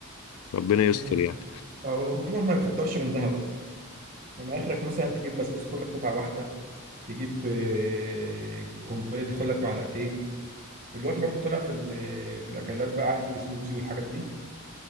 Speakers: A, on the left (about 80°); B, on the right (about 45°).
A: ربنا يستر
B: امم
A: يعني
B: المفروض ما يكترش منها بقى من اخرك مثلا تجيب بسبوسه خد لك قطعه واحده تجيب آه، قنبله دي خد لك معلقتين ودلوقتي برضو طلع في ال- في الاكلات بقى عارف السموزي والحاجات دي